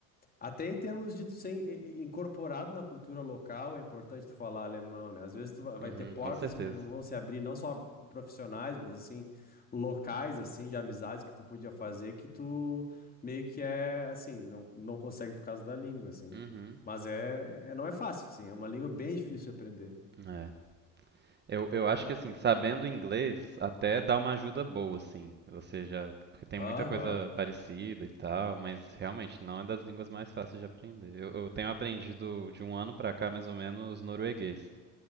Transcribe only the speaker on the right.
uhum,
com certeza.
Uhum.
É. Eu, eu acho que assim, sabendo inglês até dá uma ajuda boa, assim. Você já. Porque tem
muita coisa parecida e tal, mas realmente não é das línguas mais fáceis de aprender. Eu, eu tenho aprendido de um ano pra cá, mais ou menos, norueguês.